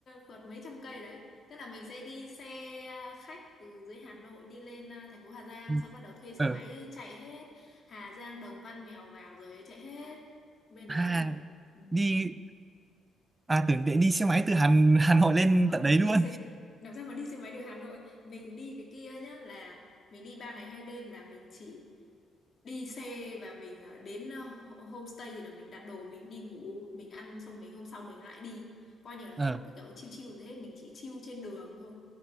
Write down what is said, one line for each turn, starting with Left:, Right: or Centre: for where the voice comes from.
Left: vượt mấy trăm cây đấy. Tức là mình sẽ đi xe à, khách từ dưới Hà Nội đi lên à, thành phố Hà Giang,
Right: ừ.
Left: xong bắt đầu thuê xe
Right: ờ
Left: máy chạy hết. Hà Giang, Đồng Văn, Mèo Vạc rồi chạy hết. Bên đấy.
Right: à
Left: Ừ.
Right: đi à tưởng để đi xe máy từ Hà Hà Nội lên
Left: không
Right: tận đấy luôn
Left: đi xe làm sao mà đi xe máy được Hà Nội mình đi cái kia nhá là mình đi 3 ngày hai đêm là mình chỉ đi xe và mình ờ, đến ờ, ho- homestay thì là mình đặt đồ mình đi ngủ mình ăn xong mình hôm sau mình lại đi coi như là không
Right: ờ
Left: có cái kiểu chill chill gì hết mình chỉ chill trên đường thôi